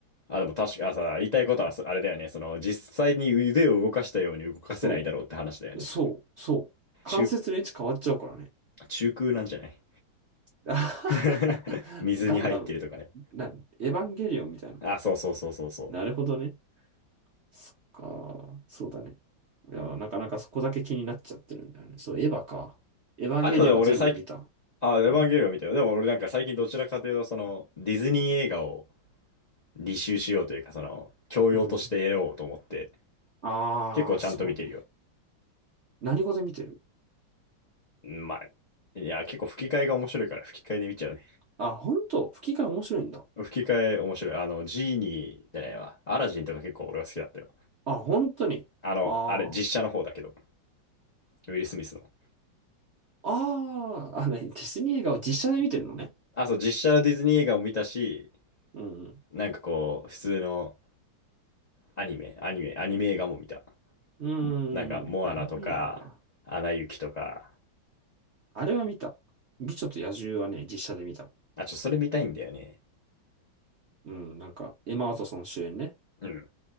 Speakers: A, on the left; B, on the right.
A: あ、でも確か、あ、さ、言いたいことはそあれだよね。その、実際に腕を動かしたように動かせないだろうって話だよね。
B: そう。そう。そう。関節の位置変わっちゃうからね。
A: 中、中空なんじゃない
B: <laughs>
A: <laughs> 水に入ってるとかね。
B: ガンダム。な、エヴァンゲリオンみたいな。
A: あ、そうそうそうそうそう。
B: なるほどね。そっか、そうだね。いや、なかなかそこだけ気になっちゃってるんだよね。そう、エヴァか。エヴァンゲリオンは全部見た。
A: あ、でもね俺最近、あ、エヴァンゲリオン見てよ。
B: うん。
A: でも俺なんか最近どちらかというと、その、ディズニー映画を履修しようというか、その、教養として得ようと思って、
B: うん。ああ、
A: 結構ちゃんと見てるよ。
B: そうね。何語で見てる
A: うんまあ、いや、結構吹き替えが面白いから吹き替えで見ちゃうね。
B: あ、本当吹き替え面白いんだ。
A: 吹き替え面白い。あの、ジーニーじゃないわ。アラジンとか結構俺は好きだったよ。
B: あ、本当に。
A: あの、
B: ああ。
A: あれ、実写の方だけど、ウィル・スミスの。
B: ああ、あの、ディズニー映画を実写で見てるのね。
A: あ、そう、実写のディズニー映画も見たし、
B: うん。
A: なんかこう、普通のアニメ、アニメ、アニメ映画も見た。
B: うん。
A: もなんか、
B: うーん。
A: モアナとか、
B: アニメ映画か。
A: アナ雪とか。
B: あれは見た。美女と野獣はね、実写で見た。
A: あ、ちょ、それ見たいんだよね。
B: うん。なんか、エマ・ワトソン主演ね。
A: うん。